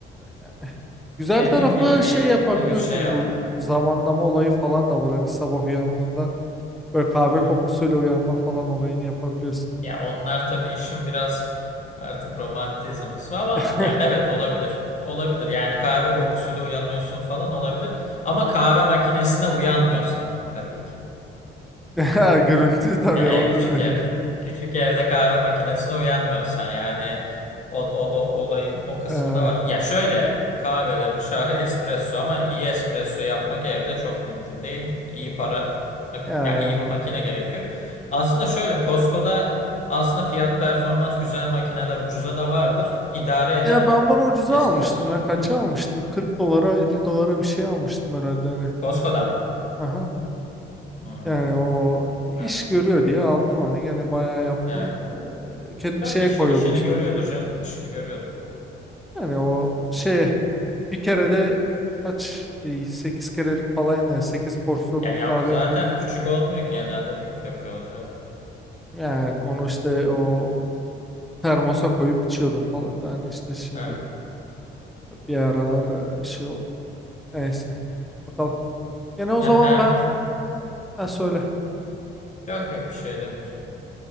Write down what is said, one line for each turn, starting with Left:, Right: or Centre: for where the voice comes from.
Centre: e, yani güzel
Left: Dediğim
Centre: tarafı
Left: gibi bir
Centre: şey yapabiliyorsun
Left: evet, şey al.
Centre: bu zamanlama
Left: Hı hı.
Centre: olayı falan da var hani sabah uyandığında böyle kahve
Left: Hı
Centre: kokusuyla
Left: hı.
Centre: uyanma falan olayını yapabiliyorsun.
Left: Ya onlar tabii işin biraz artık romantizm kısmı ama
Centre: <laughs>
Left: ya evet olabilir. Olabilir. Yani kahve
Centre: Ha.
Left: kokusuyla uyanıyorsun falan olabilir. Ama kahve makinesine uyanmıyorsan tabii ki.
Centre: <laughs> Gürültü tabii
Left: Ya
Centre: o.
Left: e,
Centre: <laughs>
Left: küçük evde. Küçük evde kahve makinesine uyanmıyorsan yani o, o, o olayın o kısmı
Centre: Eh,
Left: da var. Ya şöyle kahvelerin şahı espresso ama iyi espresso yapmak evde çok mümkün değil. İyi para mak-
Centre: ya,
Left: ya iyi makine gerekiyor. Aslında şöyle Costco'da aslında fiyat performans güzel makineler ucuza da vardır. İdare eder.
Centre: ya ben bunu ucuza
Left: Espresso.
Centre: almıştım ya kaça
Left: Ha.
Centre: almıştım? 40 dolara 50 dolara bir şey almıştım herhalde hani.
Left: Costco'dan
Centre: Eh,
Left: mı?
Centre: aha.
Left: Hmm,
Centre: Yani o
Left: evet.
Centre: iş görüyor diye aldım hani gene bayağı yaptım.
Left: Evet.
Centre: Ee, ke-
Left: Yok
Centre: şeye
Left: işi,
Centre: koyuyordum
Left: işini
Centre: işte
Left: görüyordur
Centre: bu.
Left: canım. işini görüyordur.
Centre: Yani o şey bir kere de kaç 8 kerelik falan yani 8 porsiyonluk
Left: Ya, ya
Centre: kahve
Left: zaten
Centre: yapıyordum.
Left: küçük olmuyor ki genelde büyük yapıyorlar. Evet.
Centre: Evet onu işte o termosa koyup içiyordum falan da hani işte şimdi
Left: Evet.
Centre: bir aralar e, şey oldu. Neyse bakalım. Yani
Left: Ya
Centre: o zaman
Left: termos
Centre: ben ha, söyle.
Left: Yok yok bir şey demeyecek.